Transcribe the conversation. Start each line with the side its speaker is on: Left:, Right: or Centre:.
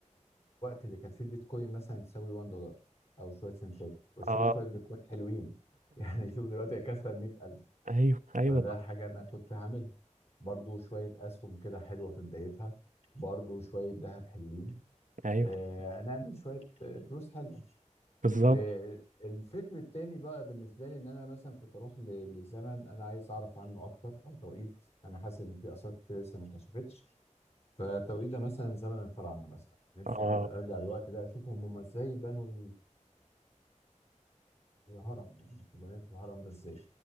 Left: اللي كانت فيه البيتكوين مثلا تساوي 1 دولار أو شوية سنتات وأشتري
Right: اه
Left: شوية بيتكوين حلوين <laughs> يعني شوف دلوقتي هي كسرت 100000
Right: ايوه ايوه
Left: فده
Right: طبعا
Left: حاجة أنا كنت هعملها برضو شوية أسهم كده حلوة في بدايتها برضو شوية ذهب حلوين
Right: ايوه
Left: آه، هنعمل شوية آه، فلوس حلوة
Right: بالظبط
Left: آه، الفكر التاني بقى بالنسبة لي إن أنا مثلا كنت أروح ل- لزمن أنا عايز أعرف عنه أكتر أو توقيت أنا حاسس إن في آثار كتير لسه ما اتكشفتش فتوقيت ده مثلا زمن الفراعنة مثلا نفسي
Right: اه
Left: أنا أرجع الوقت ده أشوف هم إزاي بنوا الهرم يعني بنيت الهرم ده إزاي